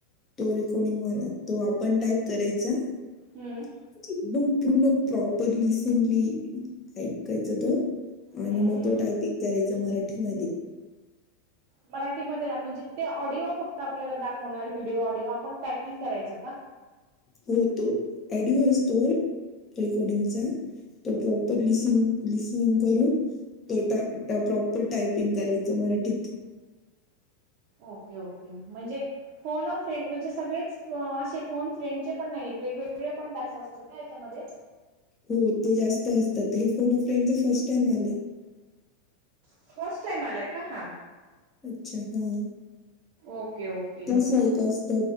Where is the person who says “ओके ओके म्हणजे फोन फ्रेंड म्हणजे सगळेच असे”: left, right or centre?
Right